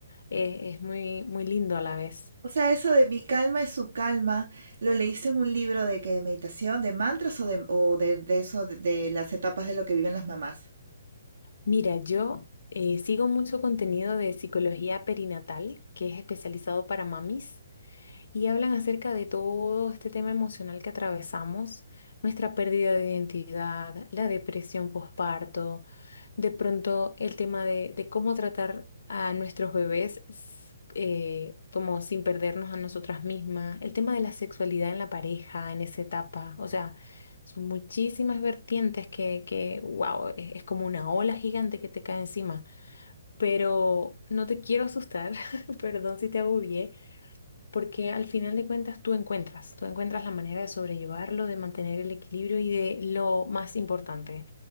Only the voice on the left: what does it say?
Eh, es muy, muy lindo a la vez.
Mira, yo eh, sigo mucho contenido de psicología perinatal, que es especializado para mamis. y hablan acerca de todo este tema emocional que atravesamos, nuestra pérdida de identidad, la depresión postparto, de pronto el tema de, de cómo tratar a nuestros bebés s- eh, como sin perdernos a nosotras mismas, el tema de la sexualidad en la pareja, en esa etapa, o sea, son muchísimas vertientes que, que wow, es es como una ola gigante que te cae encima. Pero no te quiero asustar, <laughs> perdón si te agobié, porque al final de cuentas tú encuentras, tú encuentras la manera de sobrellevarlo, de mantener el equilibrio y de lo más importante,